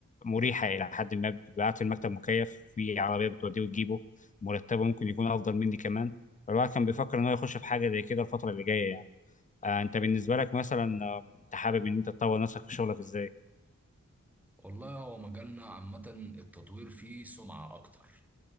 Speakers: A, on the left; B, in the centre.
A: مريحه الى حد ما بيبعت المكتب مكيف في عربيه بتوديه وتجيبه مرتبه ممكن يكون افضل مني كمان الواحد كان بيفكر ان هو يخش في حاجه زي كده الفتره اللي جايه يعني آه انت بالنسبه لك مثلا آه، انت حابب ان انت تطور نفسك في شغلك ازاي؟
B: والله هو مجالنا عامة التطوير فيه سمعة اكتر